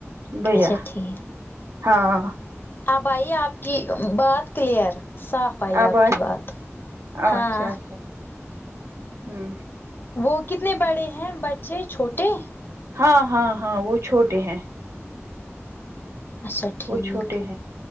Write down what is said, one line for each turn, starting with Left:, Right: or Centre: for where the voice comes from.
Right: بھیا
Left: اچھا ٹھیک
Right: ہاں
Left: آب آئی آپ کی بات کلیئر صاف آئی
Right: اب
Left: آپ
Right: آئے
Left: کی بات
Right: اچھا
Left: ہاں
Right: اچھا ہوں
Left: وہ کتنے بڑے ہیں بچے چھوٹے
Right: ہاں ہاں ہاں وہ چھوٹے ہیں
Left: اچھا ٹھیک
Right: وہ چھوٹے ہیں